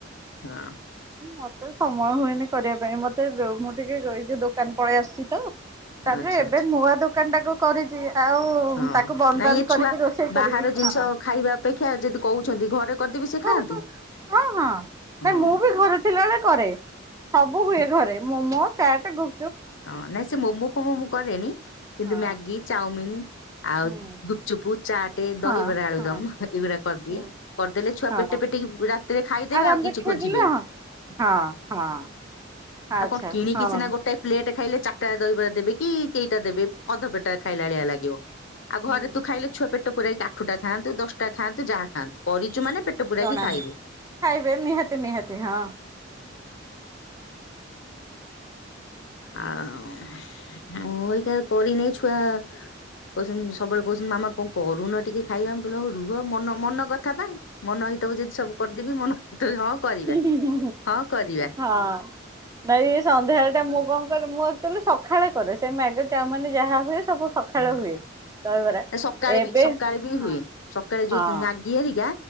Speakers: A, on the left; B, on the right.
A: ହଁ
B: ମତେ ସ ମୟ ହୁଏନି କରିବା ପାଇଁ ମତେ ମୁଁ ଟିକେ ଏ ଯୋଉ ଦୋକାନ ପଳେଇ ଆସୁଚି ତ। ତାପରେ
A: ଆଚ୍ଛା
B: ଏବେ
A: ଆଚ୍ଛା
B: ନୂଆ ଦୋକାନଟାକୁୁ କରି ଆଉ
A: ହଁ
B: ତାକୁ ବନ୍ଦ
A: ନାଇଁ
B: ବାନ୍ଦ୍
A: ଏ
B: କରିକି
A: ଛୁଆ
B: ରୋଷେଇ
A: ବାହାର
B: କରିବି
A: ଜିନିଷ
B: ହଁ।
A: ଖାଇବା ଅପେକ୍ଷା ଯଦି କହୁଛନ୍ତି ଘରେ କରିଦେବି ସେ
B: ହଁ
A: ଖାଆନ୍ତୁ
B: ହଁ
A: ହଁ।
B: ନା ମୁଁ ବି ଘରେ ଥିଲାବେଳେ କରେ। ସବୁ ହୁଏ ଘରେ ମୋମୋ ଚାଟ୍ ଗୁ
A: ହଁ ନାଇଁ ସେ ମୋମୋ କୋମୋ ମୁଁ କରେନି କିନ୍ତୁ
B: ହଁ
A: ମ୍ୟାଗି ଚାଉମିିନି। ଆଉ
B: ହୁଁ
A: ଗୁପଚୁପୁ ଚାଟେ
B: ହଁ
A: ଦହିବରା ଆଳୁଦମ୍
B: ହଁ
A: ଏଇଗୁଡା କରିଦିଏ,
B: ହୁଁ
A: କରିଦେଲେ ଛୁଆ
B: ହଁ
A: ପେଟ ପେଟ <unintelligible> ରାତିରେ ଖାଇଦେବେ
B: ଆରାମରେ
A: ଆଉ କିଛି
B: ଖାଇଦେଲେ
A: ଖୋଜିବେ
B: ହଁ ହଁ ହଁ। ଆଚ୍ଛା
A: ଆଉ କଣ କିଣକିି
B: ହଁ
A: ସିନା ଗୋଟାଏ ପ୍ଲେଟ ଖାଇଲେ ଚାରିଟା ଦହିବରା ଦେବେ କି କେଇଟା ଦେବେ ଅଧ ପେଟା ଖାଇଲା ଆଳିଆ ଲାଗିବ, ଆଉ
B: ହୁଁ
A: ଘରେ ତୁ ଖାଇଲେ ଛୁଆ ପେଟ ଟ ପୁରାଇ ଆଠଟା ଖାଆନ୍ତୁ ଦଶଟା ଖାଆନ୍ତୁ ଯାହା ଖାଆନ୍ତୁ। କରିଛୁ
B: <unintelligible>
A: ମାନେ ପେଟ ପୁରାଇକି ଖାଇବେ
B: ଖାଇବେ ନିହାତି ନିହାତି ହଁ।
A: ଆଉ ମୁଁ ଏଇକା କରିନି ଛୁଆ କହୁଚନ୍ତି ସବୁବେଳେ କହୁଚନ୍ତି ମାମା କଣ କରୁନ ଟିକେ ଖାଇବା, ମୁଁ କହିଲ ହଉ ରୁହ ମନ ମନ କଥା ପା ମନ ହେଇଥବ ଯଦି ସବୁ କରିଦେବି ମନ ହେଇଥବ ହଁ କରିବା
B: ହିଁ ହିଁ ହିଁ
A: ହଁ କରିବା
B: ହଁ ନାଇ ଏଇ ସନ୍ଧ୍ୟାବେଳଟା ମୁଁ କଣ କରେ ମୁଁ ଆକ୍ଚୁଆଲି ସଖାଳେ କରେ ସେ ମ୍ୟାଗି ଚାଉମିନି ଯାହା ହୁଏ ସବୁ ସଖାଳେ
A: ହଁ
B: ହୁଏ। ଦହିବରା
A: ସକାଳେ
B: ଏବେ
A: ବି ସକାଳେ ବି
B: ହଁ
A: ହୁଏ ସକାଳେ
B: ହଁ
A: ଯୋଉ ମ୍ୟାଗି ହେରିକା